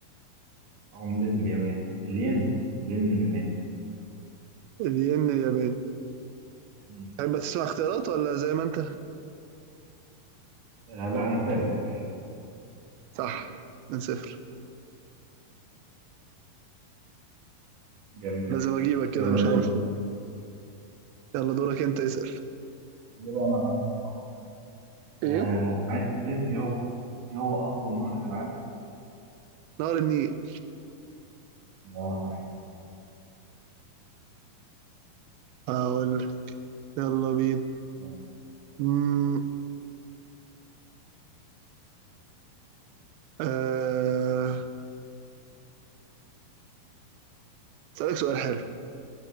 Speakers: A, on the right; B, on the right.
A: عملة اليابان الين الين الياباني
B: الين الياباني
A: مم.
B: تحب تسمع اختيارات ولا زي ما أنت؟
A: آه لا أنا ثابت على إجابة
B: صح من صفر
A: جميل
B: لازم أجيبك كده
A: يلا
B: مش
A: دور
B: عارف يلا دورك أنت اسأل
A: دور أنا اللي هسأل صح
B: ايه
A: آه عارف إيه هو إيه هو أطول نهر في العالم؟
B: نهر النيل
A: إجابة صحيحة
B: أقول لك. يلا بينا
A: يلا
B: مم، آه، أسألك سؤال حلو